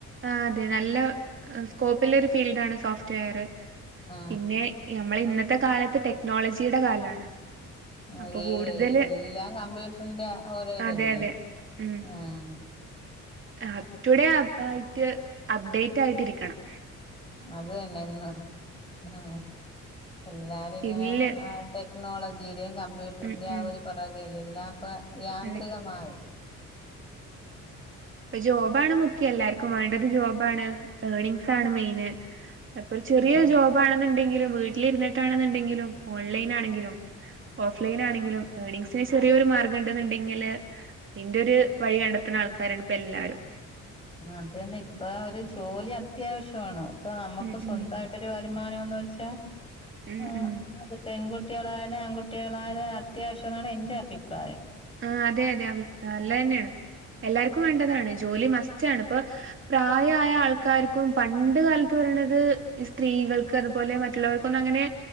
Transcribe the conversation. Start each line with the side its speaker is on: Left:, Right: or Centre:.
Right: ആഹ് അതെ നല്ല സ്കോപ്പില്ല ഒരു ഫീൽഡാണ് സോഫ്റ്റ് വെയറ്
Left: ആ
Right: പിന്നെ നമ്മളിന്നത്തെ കാലത്ത് ടെക്നോളജിയുടെ കാലാണ്
Left: ആഹ്
Right: അപ്പൊ
Left: ഏയ്
Right: കൂടുതല്
Left: ഈ എല്ലാം കമ്പ്യൂട്ടറിന്റെ ഓരോ ഇതല്ലെ
Right: അതെ അതെ ഉം
Left: ആഹ്
Right: അപ് ടുഡേ ആയിട്ട് അപ്ഡേറ്റായിട്ടിരിക്കണം
Left: അത് തന്നെ ഇന്ന് ഉം എല്ലാരും
Right: സ്കില്ല്
Left: ഇങ്ങനെ അ ആട്ടെ ക്നോളജീടേം കമ്പ്യൂട്ടറിന്റേം
Right: ഉം ഉം
Left: ആ ഒരു പൊറകെയല്ലേ എല്ലാം പ്പ യാന്ത്രികമായ്.
Right: അതെ ഇപ്പ ജോബാണ് മുഖ്യം എല്ലാർക്കും വേണ്ടത് ജോബാണ്. ഏണിങ്സാണ് മെയ്ന്. ഇപ്പൊരു ചെറിയൊര്
Left: ആ
Right: ജോബാണെന്നിണ്ടെങ്കിലും വീട്ടിലിരുന്നട്ടാണെന്നിണ്ടെങ്കിലും ഓൺലൈനാണെങ്കിലും ഓഫ് ലൈനാണെങ്കിലും ഏണിങ്സിന് ചെറിയൊരു മാർഗ്ഗണ്ട് എന്നിണ്ടെങ്കില്. ഇന്റൊര് വഴി കണ്ടെത്തണ ആൾക്കാരാണ് ഇപ്പെല്ലാരും
Left: അതന്നെ ഇപ്പ ഒര് ജോലി അത്യാവശ്യാണ്. ഇപ്പൊ നമ്മക്ക്
Right: ഉം
Left: സ്വന്തായി
Right: ഉം
Left: ട്ടൊരു വരുമാനവുന്ന് വെച്ചാ
Right: ഉം
Left: ആഹ്
Right: ഉം
Left: അത് പെൺകുട്ടികളായാലും ആൺകുട്ടികളായാലും അത്യാവശ്യമാണ് എന്റെ അഭിപ്രായം.
Right: ആഹ് അതെ അതെ അവര് നല്ലതന്നേണ് എല്ലാർക്കും വേണ്ടതാണ് ജോലി മസ്റ്റാണിപ്പൊ പ്രായായ ആൾക്കാർക്കും പണ്ട് കാലത്ത് പറയണത് ഈ സ്ത്രീകൾ ക്കതുപോലെ മറ്റുള്ളവർക്കൊന്നങ്ങനെ